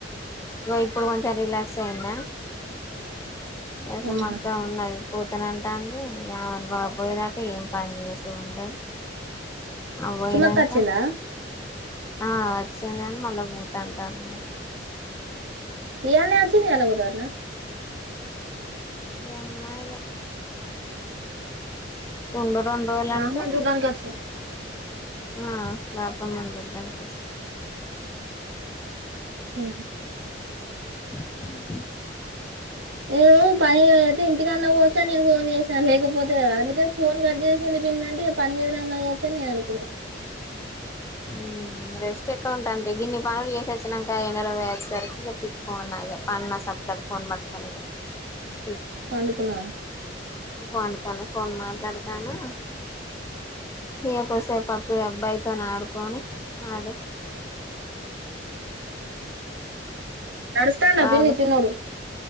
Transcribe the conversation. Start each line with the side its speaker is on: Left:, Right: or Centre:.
Left: ఇగా ఇప్పుడు కొంచం సైనా ఎస్ఎం
Right: ఉహు
Left: అక్క ఉన్నది పోతనంట అంది ఇ ఆమెను బా పోయేదాకా ఏం పని చేసుఉండదు అబోయినాక
Right: సుమక్క వచ్చిందా
Left: ఆ వచ్చింది కాని మళ్ళా పోత అంటాడి మరి
Right: ఇయాల్నెనే అచింది ఇయాలే పోతాదటనా
Left: ఏమ్మ ఇగ ఉంగ రొండు రోజులు
Right: మా
Left: అంటే
Right: అమ్మను చూడ్డానికి వచ్చింది
Left: ఆ బాపమ్మనించుద్దనికి ఒచ్చింది
Right: హ
Left: <inaudible>
Right: ఏదో పై అయితే ఇంటికన్నా వస్తా నేను ఫోన్ చేసినా లేకపోతే అందుకే ఫోన్ కట్ చేసింది పిన్ని అని పని మీదనే ఉన్నా కావచ్చా అని నేను అనుకున్న
Left: ఉమ్ రెస్ట్ ఎక్కడ ఉంటాది రా గిన్ని పనులు చేసచ్చినంక ఎండల పోయ్యి అచ్చేసరికి ఇగ పీక్కు మన్న ఇగ పన్న సప్పడాగా ఫోన్ పట్టుకొని ఇగ
Right: పండుకున్నావ
Left: పండుకునే ఫోన్ మాట్లాడతానా ఇగ కోసే పప్ప అబ్బాయితోన్ ఆడు కోని ఆడె
Right: నడుస్తండా
Left: బాబు
Right: పిన్ని చిన్నోడు